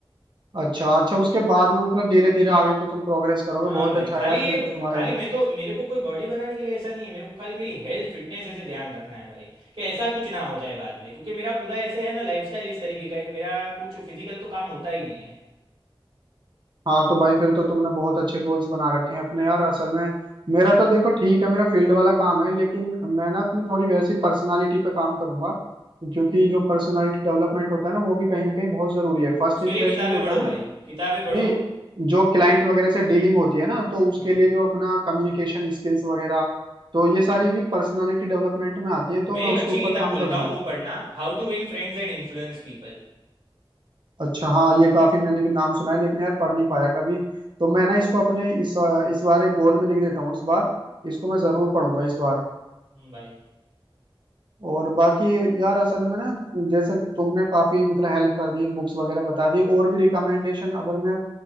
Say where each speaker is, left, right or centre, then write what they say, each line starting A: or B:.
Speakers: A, on the right; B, on the right.
A: अच्छा अच्छा उसके बाद में मतलब धीरे धीरे आगे को तुम प्रोग्रेस करोगे
B: हाँ
A: बहुत
B: भाई
A: अच्छा
B: खाली
A: यार
B: ये
A: फिर तो तुम्हारा
B: खाली
A: ये-
B: मैं तो मेरे को कोई बॉडी बनाने के लिए ऐसा नहीं है मेरे को खाली मेरी हेल्थ फिटनेस ऐसे ध्यान रखना है भाई कि ऐसा कुछ ना हो जाए बाद में क्योंकि मेरा पूरा ऐसे है ना लाइफस्टाइल इस तरीके का है कि मेरा कुछ फिजिकल तो काम होता ही नहीं है
A: हाँ तो भाई फिर तो तुमने बहुत अच्छे गोल्स बना रखे हैं अपने यार असल में मेरा तो देखो ठीक है मेरा फील्ड वाला काम है लेकिन मैं ना अपनी थोड़ी वैसी पर्सनालिटी पे काम करूंगा क्योंकि जो पर्सनालिटी डेवलपमेंट होता है ना वो भी कहीं ना कहीं बहुत जरूरी है फर्स्ट
B: उसके
A: इंप्रेशन
B: लिए किताबें
A: जो होता
B: पढ़ो
A: है ना
B: भाई किताबें पढ़ो
A: नहीं जो क्लाइंट वगैरह से डीलिंग होती है ना तो उसके
B: हम्म
A: लिए जो अपना कम्युनिकेशन स्किल्स वगैरह तो ये सारी भी पर्सनालिटी डेवलपमेंट में आती है तो
B: मैं
A: मैं
B: एक
A: उसके
B: अच्छी
A: ऊपर
B: किताब
A: काम
B: बोलता
A: करूंगा
B: हूँ वो पढ़ना how to win friends and influence people
A: अच्छा हाँ ये काफी मैंने भी नाम सुना है लेकिन यार पढ़ नहीं पाया कभी तो मैं ना इसको अपने इस इस बार एक गोल में लिख देता हूँ इस बार इसको मैं जरूर पढ़ूंगा इस बार
B: भाई
A: और बाकी यार असल में ना जैसे तुमने काफी मतलब हेल्प कर दी बुक्स वगैरह बता दी और भी रिकमेंडेशन अगर मैं